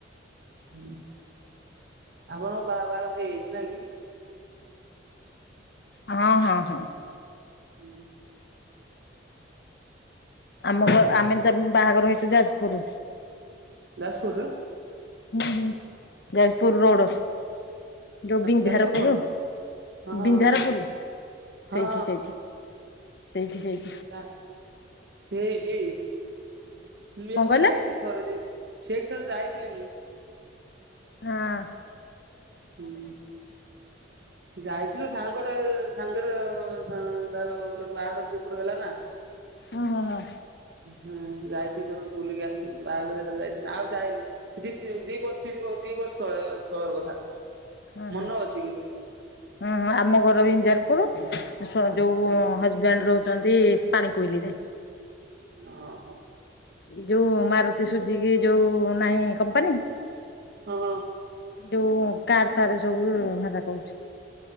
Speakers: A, on the right; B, on the left.
A: ହୁଁ ଆପଣଙ୍କ ବାହା ବାହାଘର ହେଇଯାଇଚି ନାଁ କି?
B: ହଁ ହଁ ହଁ।
A: ହୁଁ।
B: ଆମ
A: ହଁ
B: ଘ ଆମେ ବାହାଘର ହେଇଛୁ ଯାଜପୁର୍।
A: ଯାସପୁର୍ ରେ।
B: ହୁଁ ହୁଁ ଯାଜପୁର ରୋଡ଼। ଯୋଉ ବିଞ୍ଝାରପୁରୁ
A: ଯାଜପୁର ରୋଡ ହଁ ହଁ
B: ବିଞ୍ଝାରପୁରୀ
A: ହଁ। ହଁ
B: ସେଇଠି ସେଇଠି। ସେଇଠି ସେଇ।
A: ଫିଦା ସେଇ ଠି ମୁଁ ବି
B: କଣ
A: ଆକୁ
B: କହିଲେ
A: ଯାଇଥିଲି। ଥରେ ଦି ସେଇଠି ଥରେ ଯାଇଥିଲି ମୁଁ।
B: ଆଁ
A: ହୁଁ। ଯାଇଥିଲୁ ସାଙ୍ଗଟେ ସାଙ୍ଗରେ ତାର ଗୋ ବାହାଘର ଦିପୁର ହେଲା ନାଁ।
B: ହୁଁ ହୁଁ ହୁଁ।
A: ହୁଁ ଯାଇ ତେବେଳେ ବୁଲିକି ଆସିଥିଲୁ ବାହାଘର ଯାଇଥିଲୁ ଆଉ ଯାଇନି ଦି ପରି ବହୁ ଦି ବର୍ଷ ତଳେ ତଳର କଥା।
B: ହୁଁ
A: ମନେ
B: ହୁଁ
A: ଅଛି କିନ୍ତୁ।
B: ହୁଁ ହଁ ଆମ ଘର ଇଞଜାରପୁର ସ ଯୋଉଜ
A: ହୁଁ
B: ହ ହଜବ୍ୟାଣ୍ଡ ରହୁଚନ୍ତି ପାଣି କୋଇଲିରେ।
A: ଓହୋ।
B: ଏଯୋଉ ମାରୁତି ସୁଜିକି ଯୋଉ ନାହିଁ କମ୍ପାନୀ
A: ହଁ।
B: ଯୋଉ କାର୍ ଫାର୍ ସବୁ ହେରା କହୁଚି।